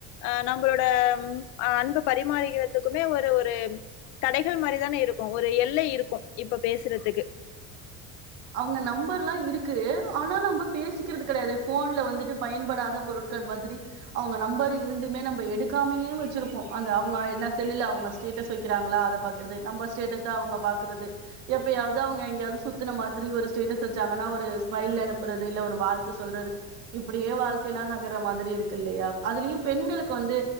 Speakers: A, on the left; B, on the right.
A: ஆ நம்மளோட அன்ப பரிமாறிக்கிறதுக்குமே ஒரு ஒரு தடைகள் மாரி தான இருக்கூ ஒரு எல்லை இருக்கூ இப்ப பேசுறதுக்கு
B: அவுங்க நம்பர்ல்லா இருக்கு ஆனா நம்ப பேசிக்கிறது கெடையாது ஃபோன்ல வந்துட்டு பயன்படாத பொருட்கள் மாதிரி அவுங்க நம்பர் இருந்துமே நம்ப எடுக்காமயே வச்சிருப்போ அந்த அவுங்க என்ன செல்லுல அவுங்க ஸ்டேட்டஸ் வைக்கிறாங்களா அத பாக்குறது நம்ப ஸ்டேட்டஸ் ஸ அவுங்க பாக்குறது எப்பயாவது அவுங்க எங்கேயாவது சுத்தின மாதிரி ஒரு ஸ்டேட்டஸ் வெச்சாங்கன்னா ஒரு ஸ்மைல் அனுப்புறது இல்ல ஒரு வாழ்த்து சொல்றது இப்டியே வாழ்க்கைலா நகர்ற மாதிரி இருக்கு இல்லையா அதுலயு பெண்களுக்கு வந்து